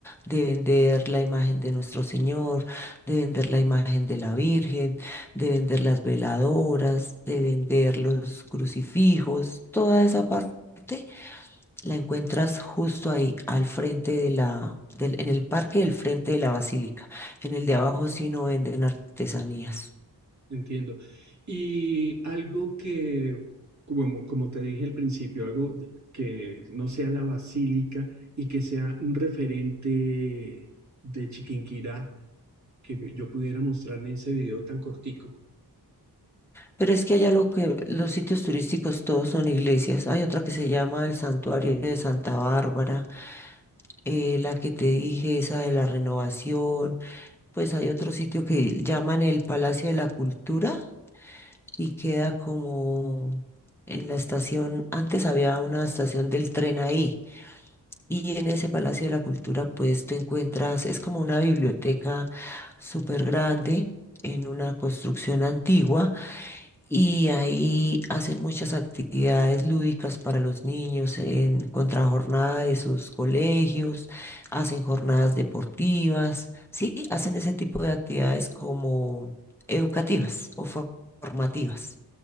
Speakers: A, in the centre; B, on the right.
A: de vender la imagen de nuestro Señor, de vender la imagen de la Virgen, de vender las veladoras, de vender los crucifijos, toda esa parte la encuentras justo ahí, al frente de la, del- en el parque del frente de la basílica. En el de abajo sí no venden artesanías.
B: Entiendo. Y algo que, como, como te dije al principio, algo de- que no sea la basílica y que sea un referente de Chiquinquirá que yo pudiera mostrar en ese video tan cortico.
A: Pero es que allá lo que los sitios turísticos todos son iglesias. Hay otra que se llama el Santuario de Santa Bárbara, eh, la que te dije, esa de la Renovación. Pues hay otro sitio que llaman el Palacio de la Cultura y queda como en la estación. Antes había una estación del tren ahí y en ese Palacio de la Cultura pues tú encuentras, es como una biblioteca súper grande en una construcción antigua y ahí hacen muchas actividades lúdicas para los niños en contrajornada de sus colegios, hacen jornadas deportivas, sí, hacen ese tipo de actividades como educativas o for- formativas.